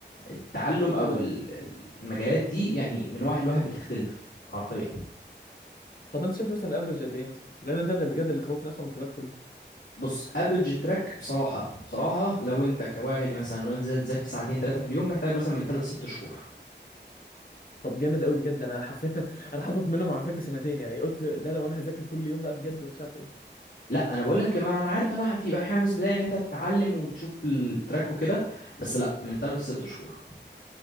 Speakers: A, on the left (about 75°); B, on the left (about 50°).
A: التعلم او
B: حلو
A: ال- ال- المجالات دي يعني من واحد لواحد بتختلف حرفيا
B: طب انت شايف مثلا الافرج قد ايه مثلا لان أنا ده اللي بجد اللي خوفني اصلا من التباك كله
A: بص افريج التراك بصراحه بصراحه لو انت كواحد مثلا وانت تذاكر ساعتين ثلاثه في اليوم محتاج مثلا من ثلاث ست شهور
B: طب جامد قوي بجد انا حرفيا <laughs> انا حاطط منهم على فكره سنتين يعني قلت ده لو انا هذاكر كل يوم بقى بجد ومش عارف ايه
A: لا انا بقول لك ما انا عارف انا في حماس بدايه ان انت تتعلم وتشوف التراك وكده بس لا من ثلاث ست شهور